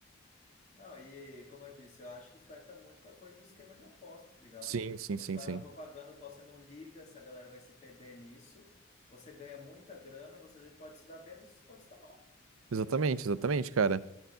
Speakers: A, on the left; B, on the right.
A: Não, e como eu disse, eu acho que flerta muito com a coisa do esquema de aposta, tá ligado?
B: Sim, sim,
A: Você
B: sim,
A: faz
B: sim.
A: uma propaganda qual você não liga se a galera vai se perder nisso, você ganha muita grana, você às vezes pode se dar bem, às vezes pode se dar mal.
B: Exatamente, exatamente, cara.